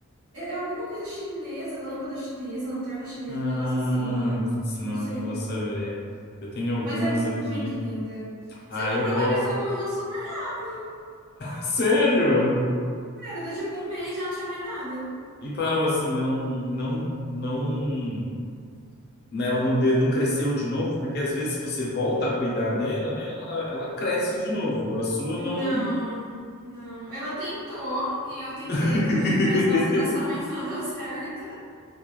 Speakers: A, on the right; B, on the left.
A: é, é alguma coisa chinesa, lâmpada chinesa, lanterna chinesa,
B: Ah,
A: um negócio assim. é.
B: putz,
A: Não
B: não,
A: sei
B: não
A: o
B: vou
A: nome.
B: saber. Eu tenho algumas
A: Mas é muito
B: aqui.
A: linda.
B: Ah,
A: Só que
B: eu
A: o problema
B: gosto.
A: é que ela morreu super rápido.
B: Sério?
A: Era, deu tipo um mês e já não tinha mais nada.
B: E parou assim, não, não, não, né, ela não, de- não cresceu de novo, porque às vezes se você volta a cuidar dela, né, ela, ela cresce de novo. A sua
A: Não,
B: não.
A: não. Ela tentou e eu tentei
B: <laughs>
A: também, mas nosso relacionamento <laughs> não deu certo.